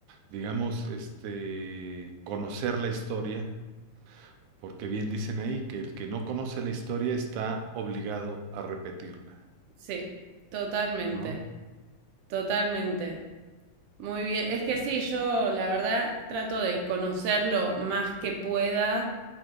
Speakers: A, on the right; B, on the right.
A: digamos, este, conocer la historia, porque bien dicen ahí que el que no conoce la historia está obligado a repetirla,
B: sí, totalmente.
A: ¿no?
B: Totalmente. Muy bien. Es que sí, yo la verdad trato de conocerlo más que pueda.